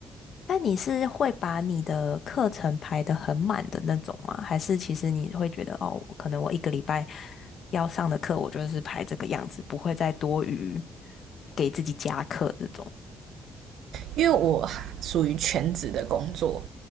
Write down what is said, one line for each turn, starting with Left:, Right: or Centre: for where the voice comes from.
Left: 那你是会把你的课程排得很满的那种吗？还是其实你会觉得，哦，可能我一个礼拜要上的课，我就是排这个样子，不会再多余给自己加课这种？
Right: 因为我属于全职的工作，